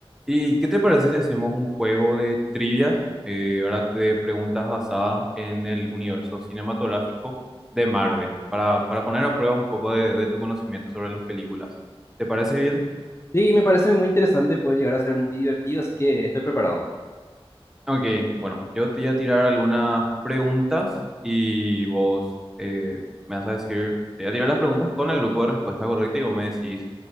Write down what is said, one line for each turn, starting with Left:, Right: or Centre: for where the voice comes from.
Centre: ¿Y qué te parece si hacemos un juego de trivias, eh, ahora de preguntas basadas en el universo cinematográfico de Marvel, para, para poner a prueba un poco de, de tu conocimiento sobre las películas? ¿Te parece bien?
Left: Sí, me parece muy interesante, puede llegar a ser muy divertido, así que estoy preparado.
Centre: Ok, bueno, yo te voy a tirar algunas preguntas y vos eh, me vas a decir, te voy a tirar las preguntas con el grupo de respuesta correcta y vos me decís